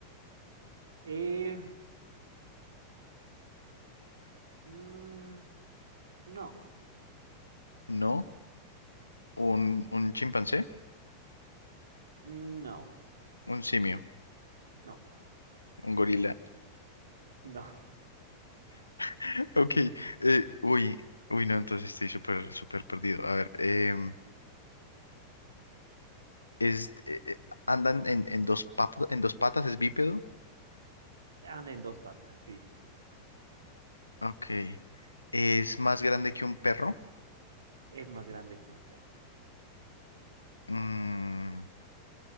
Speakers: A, on the right; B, on the left.
A: Eh, mm, no.
B: No. ¿Un, un chimpancé?
A: Mm, No.
B: Un simio.
A: No. <laughs>
B: Un gorila.
A: No.
B: <laughs> Ok. eh, uy, uy, no, entonces estoy súper, súper perdido. A ver, em, es, eh, eh, ¿andan en, en dos patas en dos patas? ¿Es bípedo?
A: Anda en dos patas, sí.
B: Ok. ¿Es más grande que un perro?
A: Es más grande que un perro.
B: Mm,